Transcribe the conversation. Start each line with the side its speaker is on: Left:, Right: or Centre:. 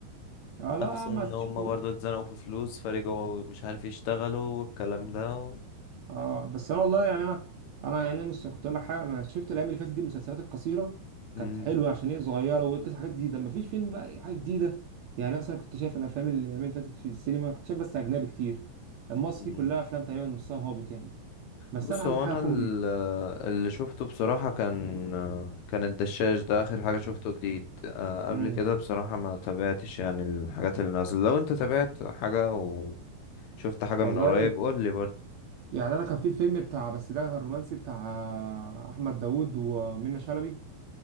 Right: آه لا
Left: نفس ان
Right: ما تشوفوا
Left: هم برضو اتزنقوا في فلوس فرجعوا مش عارف يشتغلوا والكلام ده و...
Right: اه بس أنا والله يعني أنا أنا يعني أنا مش كنت أقول لك حاجة أنا شفت الأيام اللي فاتت دي المسلسلات القصيرة
Left: مم.
Right: كانت حلوة عشان هي صغيرة وقصة حاجات جديدة مفيش فيلم بقى أي حاجة جديدة يعني مثلا كنت شايف الأفلام اللي الأيام اللي فاتت في السينما كنت شايف بس أجنبي كتير المصري
Left: مم.
Right: كلها أفلام تقريبا نصها هابط يعني بس
Left: بص
Right: أنا عايز
Left: هو
Right: حاجة
Left: انا
Right: كوميدي
Left: ال- اللي شفته بصراحة كان كان الدشاش ده اخر حاجة شفته جديد آه، قبل
Right: امم
Left: كده بصراحة ما تابعتش يعني الحاجات اللي نازلة لو انت تابعت حاجة وشفت حاجة
Right: والله
Left: من قريب قول لي برضه
Right: يعني انا كان في الفيلم بتاع بس ده كان رومانسي بتاع احمد داوود ومنى شلبي